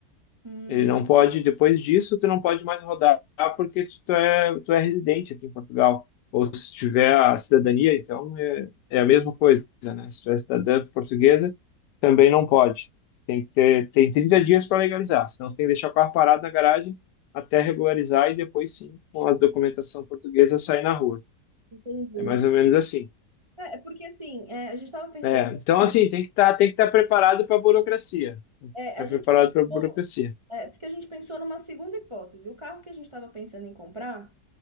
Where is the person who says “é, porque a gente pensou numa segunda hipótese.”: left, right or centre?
Right